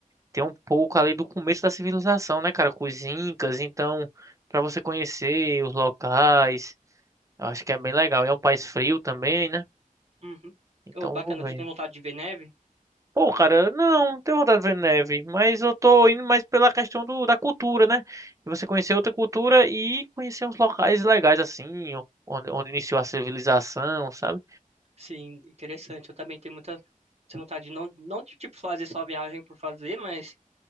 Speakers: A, on the right; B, on the right.
A: tem um pouco ali do começo da civilização, né, cara, com os incas, então, para você conhecer os locais, eu acho que é bem legal. E é um país frio também, né?
B: Uhum.
A: Então,
B: Oh, bacana,
A: eu vou ver.
B: você tem vontade de ver neve?
A: Pô, cara, não, não tenho vontade de ver neve, mas eu tô indo mais pela questão do, da cultura, né? De você conhecer outra cultura e conhecer uns locais legais assim, onde, onde iniciou a civilização, sabe?
B: Sim, interessante. Eu também tenho muita tenho vontade de não, não de tipo fazer só viagem por fazer, mas